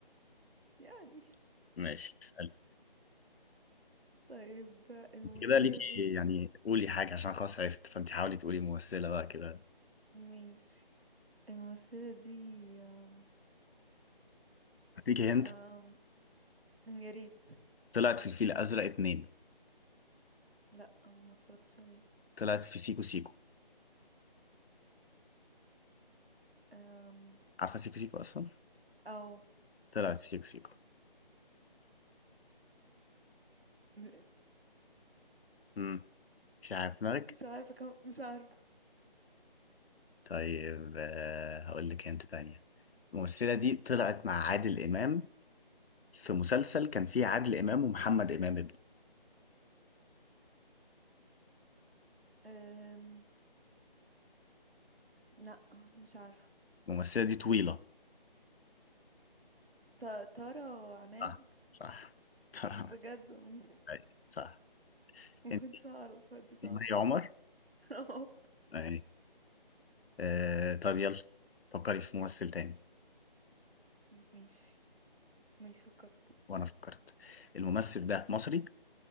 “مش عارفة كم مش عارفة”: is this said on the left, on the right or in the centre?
Right